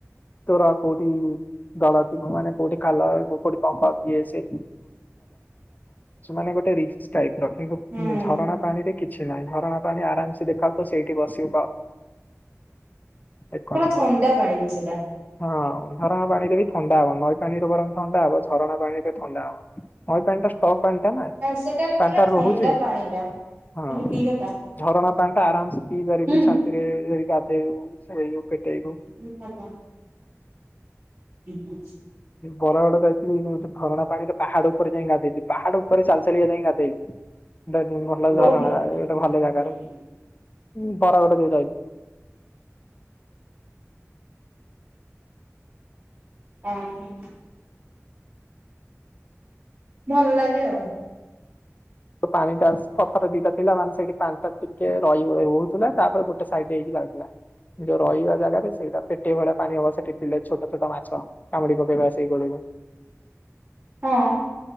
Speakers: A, on the left (about 35°); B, on the right (about 50°).
A: ତରା କୋଉଟି ଦଳ ମାନେ କୋଉଠି ଖାଲ କୋଉଠିି କଣ <inaudible> ଇଏ ସିଏ ମାନେ ଗୋଟେ ରିକ୍ସି।
B: ହୁଁ
A: ଝରଣା ପାଣି ରେ କିଛି ନାହିଁ ଝରଣା ପାଣି ଆରାମ୍ ସେ ଦେଖାତୁ ସେଇଠି ବସି <inaudible> ଏକ
B: ପୁରା
A: ନମ୍ବର।
B: ଥଣ୍ଡା ପାଣି ବି ସେଟା
A: ହଁ ଝରଣା ପାଣିରେ ବି ଥଣ୍ଡା ହବ ନଈ ପାଣିରେ ବରଂ ଥଣ୍ଡା ହବ ଝରଣା ପାଣିରେ ଥଣ୍ଡା ହବ। ନଈ ପାଣିଟା ଷ୍ଟକ୍ ପାଣିଟା ନା
B: ସେଟା ବି ପୁରା
A: ପାନିଟା
B: ଥଣ୍ଡା
A: ରହୁଛି
B: ପାଣି ଟା
A: ହଁ।
B: କିନ୍ତୁ କି କଥା
A: ଝରଣା ପାଣି ଟା ଆରାମସେ ପି ପାରିବୁ
B: ହୁଁ
A: ଶାନ୍ତିରେ ଏ ଗାଧେଇବୁୁ ଶୋଇବୁ ପେଟଇବୁ
B: କି କଥା <inaudible> ହୁଁ ହୁ <inaudible>
A: ବରଗଡ ଯାଇକି ଗୋଟେ ଝରଣା ପାଣିରେ ପାହାଡ ଉପରେ ଯାଇଁ ଗାଧେଇଲି ପାହାଡ ଉପରେ ଚାଲିଚାଲି କା ଯାଇଁ ଗାଧେଇ। ଗାଧେଇ ଭଲ
B: କୋଉଠି
A: ଝରଣା
B: କୋଉଠି
A: ଗୋଟେ ଭଲ ଜାଗାରେ ଉଁ ବରଗଡ ଯୋଉ ଯାଇ
B: ଏହେଁ। ଭଲ ଲାଗେ ଆଉ।
A: ତ ପାଣି ଟାସ୍‌ ପଥର ଦିଟା ଥିଲା ମାନେ ସେଇଠି ପାଣି ଟା ଟିକେ ରହିିବଇ ହଉଥିଲା। ତାପରେ ଗୋଟେ ସାଇଡଡ୍‌ ହେଇକି ବାହାରୁଥିଲା। ଯୋଉ ରହିବା ଜାଗାରେ ସେଇଟା ଫିଟେଇବାଟା ପାଣି ଅବଶ୍ୟ ସେଠି ଥିଲେ ଛୋଟ ଛୋଟ ମାଛ। କାମୁଡ଼ି ପକେଇବ ଆସିକି ଗୋଡ଼କୁ।
B: ହଁ।